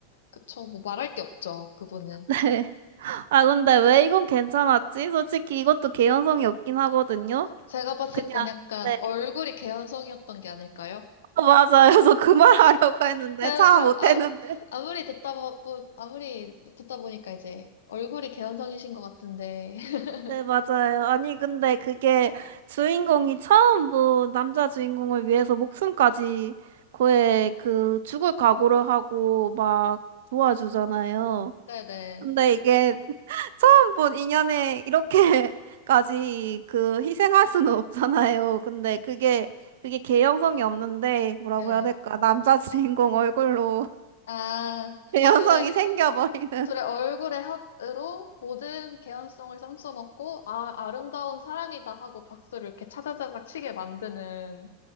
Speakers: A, on the left; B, on the right.
A: 그쵸. 뭐 말할 게 없죠. 그분은.
B: <laughs> 네. 아 근데 왜 이건 괜찮았지? 솔직히 이것도 개연성이 없긴 하거든요.
A: 제가 봤을
B: 그냥
A: 땐 약간
B: 네.
A: 얼굴이 개연성이었던 게 아닐까요?
B: 어, 맞아요. 그래서 그 말하려고 했는데
A: 제가,
B: 참
A: 제가
B: 못했는데.
A: 아,
B: <laughs>
A: 아무리 듣다 보, 보- 아무리 듣다 보니까 이제 얼굴이 개연성이신 것 같은데. <laughs>
B: 네, 맞아요. 아니 근데 그게 주인공이 처음 뭐 남자 주인공을 위해서 목숨까지 거의 그 죽을 각오를 하고 막 도와주잖아요.
A: 네네.
B: 근데 이게 <laughs> 처음 본 인연에 이렇게까지 그 희생할 수는 없잖아요. 근데 그게 그게 개연성이 없는데 뭐라고
A: 네.
B: 해야 될까? 남자 주인공 얼굴로
A: 아,
B: <laughs> 개연성이
A: 둘의,
B: 생겨버리는.
A: 둘의 얼굴의 합으로 모든 개연성을 썸써먹고, 아, 아름다운 사랑이다 하고 박수를 이렇게 차자자작 치게 만드는,